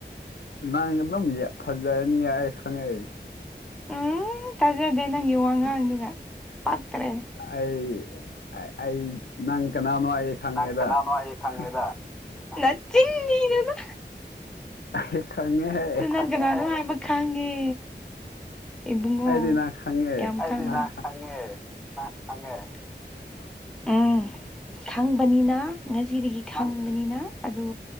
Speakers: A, on the left; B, in the centre.
A: ꯅꯪ ꯑꯗꯨꯝ ꯌꯥ ꯐꯖꯔꯅꯤ ꯌꯥꯔꯦ ꯈꯪꯉꯦ꯫
B: <unintelligible> ꯑꯗꯨꯗꯤ ꯅꯪꯒꯤ ꯋꯥꯉꯥꯡꯗꯨꯒ ꯄꯥꯛꯇꯔꯦ꯫
A: ꯑꯩ ꯑꯩ ꯅꯪ ꯀꯅꯥꯅꯣ ꯑꯩ ꯈꯪꯉꯦꯗ
B: ꯅꯪ ꯀꯅꯥꯅꯣ
A: ꯑꯍꯥ
B: ꯑꯩ ꯈꯪꯉꯦꯗ
A: ꯍꯥ
B: ꯅꯆꯤꯟ ꯗꯤꯅꯨꯗ
A: ꯑꯩ ꯈꯪꯉꯦ ꯍꯦ
B: <unintelligible> ꯅꯪ ꯀꯅꯥꯅꯣ ꯍꯥꯏꯕ ꯈꯪꯉꯦ ꯏꯕꯨꯡꯉꯣ
A: ꯑꯩꯗꯤ ꯅꯪ ꯈꯪꯉꯦ
B: <unintelligible> ꯌꯥꯝ
A: ꯅꯪ
B: ꯈꯪꯉꯦ
A: ꯑ <inaudible>
B: ꯎꯝ ꯈꯪꯕꯅꯤꯅ ꯉꯁꯤꯗꯒꯤ ꯈꯪꯕꯅꯤꯅ ꯑꯗꯣ